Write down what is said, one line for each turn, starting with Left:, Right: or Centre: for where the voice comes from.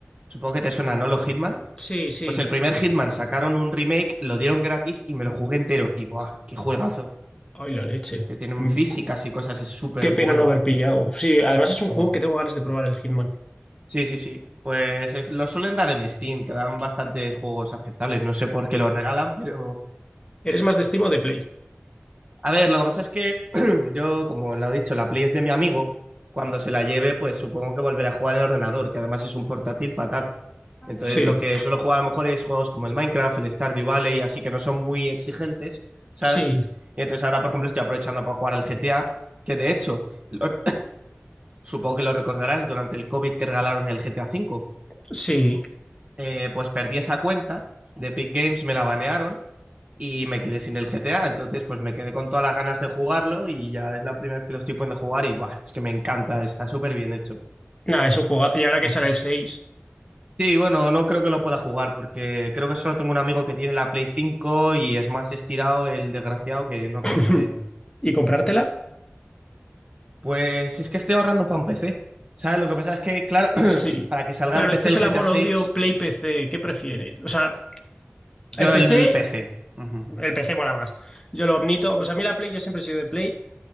Right: supongo que te suena, ¿no? Los Hitman.
Left: Sí, sí.
Right: Pues el primer Hitman sacaron un remake, lo dieron gratis y me lo jugué entero. Y buah, qué juegazo.
Left: Ay, la leche.
Right: que tienen
Left: Mm,
Right: físicas y cosas, es súper
Left: Qué
Right: bueno.
Left: pena no haber pillado. Sí, además es un
Right: Ujú.
Left: juego que tengo ganas de probar el Hitman.
Right: Sí, sí, sí. Pues es- lo suelen dar en Steam, que dan bastantes juegos aceptables. No sé por qué los regalan, <laughs> pero...
Left: ¿Eres más de Steam o de Play?
Right: A ver, lo que pasa es que <clears throat> yo, como lo he dicho, la Play es de mi amigo. Cuando se la lleve, pues supongo que volverá a jugar en el ordenador, que además es un portátil patata. Entonces,
Left: Sí,
Right: lo que suelo jugar a lo mejor es juegos como el Minecraft, el Stardew Valley, así que no son muy exigentes, ¿sabes?
Left: sí,
Right: Y entonces ahora, por ejemplo, estoy aprovechando para jugar al GTA, que de hecho, el, o- supongo que lo recordarás, durante el COVID que regalaron el GTA V,
Left: sí.
Right: eh, pues perdí esa cuenta de Epic Games, me la banearon y me quedé sin el GTA, entonces pues me quedé con todas las ganas de jugarlo y ya es la primera vez que lo estoy poniendo a jugar y ¡buah! es que me encanta, está súper bien hecho.
Left: Nada, es un juego. Y ahora que
Right: Ujú.
Left: sale el seis
Right: Sí, bueno, no creo que lo pueda jugar porque creo que solo tengo un amigo que tiene la Play 5 y es más estirado el desgraciado que no creo
Left: <laughs>
Right: que...
Left: ¿Y comprártela?
Right: Pues es que estoy ahorrando para un PC. ¿Sabes? Lo que pasa es que, claro,
Left: Sí.
Right: <clears throat> para que salga
Left: Claro,
Right: en PC
Left: este
Right: el
Left: es el
Right: GTA
Left: amor
Right: 6,
Left: odio Play PC. ¿Qué prefieres? O sea,
Right: Yo
Left: el PC,
Right: el PC. Ujú.
Left: el PC mola más. Yo lo admito. Pues a mí la Play, yo siempre he sido de Play.